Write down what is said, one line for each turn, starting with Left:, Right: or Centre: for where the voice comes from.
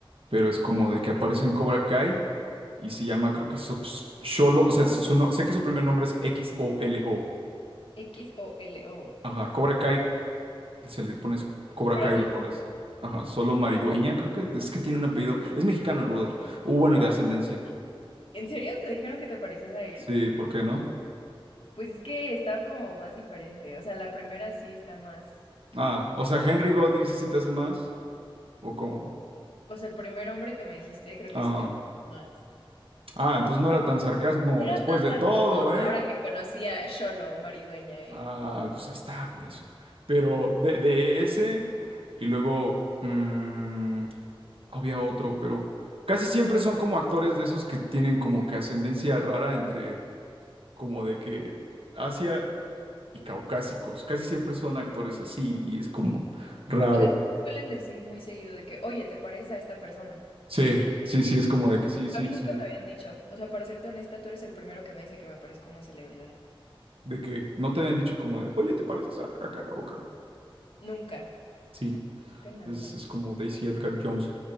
Right: pero es
Left: ¿Quién?
Right: como de que aparece en Cobra Kai. Y se llama, creo que So- S- Solo, o sea, su no- sé que su primer nombre es X-O-L-O.
Left: X o L O.
Right: Ajá, Cobra Kai, se le pones Cobra
Left: Pero
Right: Kai
Left: así
Right: y le
Left: lo
Right: pones.
Left: pongo.
Right: Ajá, Solo Maridueña, creo que es que tiene un apellido. Es mexicano el brother. O bueno,
Left: Ah,
Right: de ascendencia.
Left: ¿en serio te dijeron que te parecías a él?
Right: Sí, ¿por qué no?
Left: Pues es que estaba como más diferente. O sea, la primera sí está más.
Right: Ah, o sea, Henry Golding sí se te hace más. ¿O cómo?
Left: O sea, el primer hombre que me dijiste, creo que
Right: Ajá.
Left: sí te pareces más.
Right: Ah, entonces no era tan sarcasmo
Left: No Era
Right: después
Left: tan
Right: de
Left: sarcasmo
Right: todo, ¿eh?
Left: ahora que conocí a Xolo, Maridueña, ¿eh?
Right: Ah, pues ahí está, por eso. Pero de, de ese, y luego. mm, había otro, pero casi siempre son como actores de esos que tienen como que ascendencia rara entre como de que Asia y caucásicos. Casi siempre son actores así y es como
Left: Ok.
Right: raro.
Left: O sea, sí suelen decir muy seguido de que, oye, ¿te pareces a esta persona?
Right: Sí, sí, sí, es como de que sí, sí,
Left: A mí nunca
Right: sí,
Left: me lo habían dicho. O sea, para serte honesta, tú eres el primero que me dice que me parezco a una celebridad.
Right: de que no te habían dicho como de, oye, ¿te pareces a acá o acá?
Left: Nunca.
Right: Sí,
Left: Nunca en la
Right: es,
Left: vida.
Right: es como Daisy Edgar Jones.